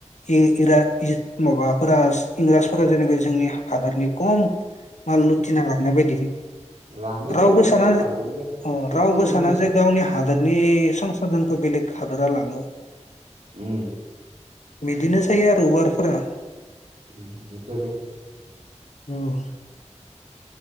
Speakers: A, on the left; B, on the right.
A: इ इराग इज माबाफोरा इंराजफोरा जेनेब जोंनि हादरनि खम माल लुथिना लांनाय बायदि
B: लांदो
A: रावबो
B: बहुत लुथिना
A: साना जे
B: लांदो इन्डियाखौ सोबख'
A: रावबो
B: जोबदो
A: साना
B: बिसोर
A: जे गावनि हादोरनि संसधनखौ थ' बेलेग हादोरा लाङो
B: उम
A: बिदिनो जायो आरो वारफोरा
B: उम बेफोर
A: नोंनिबा